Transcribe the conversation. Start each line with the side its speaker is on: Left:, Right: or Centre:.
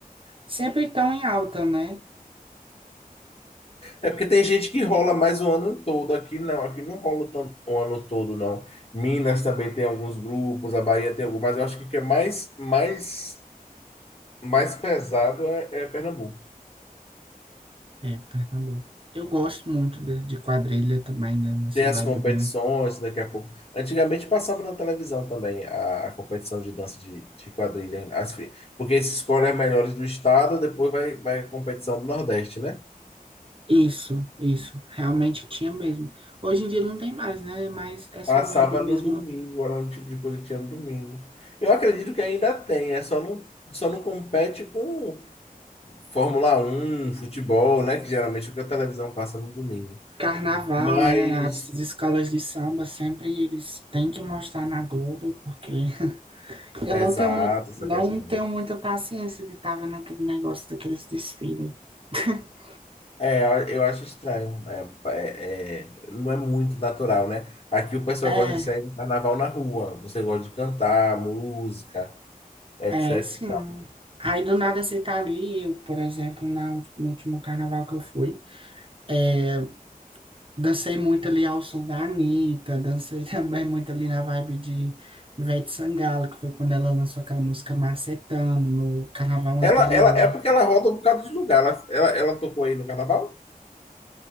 Right: Sempre estão em alta, né?
Left: É porque tem gente que rola mais o ano todo. Aqui não, aqui não rola tanto o ano todo, não. Minas também tem alguns grupos, a Bahia tem alguns, mas eu acho que o que é mais, mais, mais pesado é é Pernambuco.
Right: É, Pernambuco. Eu gosto muito de, de quadrilha também, né, nessa
Left: Tem as
Right: vibe,
Left: competições
Right: né?
Left: daqui a pouco. Antigamente passava na televisão também a, a competição de dança de, de quadrilha. As fi- porque esses escolhem as melhores do estado, depois vai, vai a competição do Nordeste, né?
Right: Isso, isso, realmente tinha mesmo. Hoje em dia não tem mais, né? Mas essa
Left: Passava
Right: vibe mesmo
Left: no domingo, era um tipo de coisa que tinha no domingo. Eu acredito que ainda tem, é só não, só não compete com Fórmula um futebol, né? Que geralmente é o que a televisão passa no domingo.
Right: Carnaval,
Left: Mas,
Right: né? As escolas de samba sempre eles têm que mostrar na Globo, porque <laughs>
Left: exato,
Right: eu não tenho muito,
Left: essa
Right: não
Left: questão.
Right: tenho muita paciência de estar vendo aquele negócio daqueles desfiles. <laughs>
Left: É, eu acho estranho. É, é- é- não é muito natural, né? Aqui o pessoal
Right: É,
Left: gosta de sair no carnaval na rua. Você gosta de cantar, música, etc.
Right: é, sim. Aí do nada você tá ali, eu, por exemplo, na, ult- no último carnaval que eu fui, é, dancei muito ali ao som da Anitta, dancei <laughs> também muito ali na vibe de Ivete Sangalo, que foi quando ela lançou aquela música Macetando, no carnaval
Left: Ela,
Right: anterior.
Left: ela, é porque ela roda um bocado de lugar. Ela, ela, ela tocou aí no carnaval?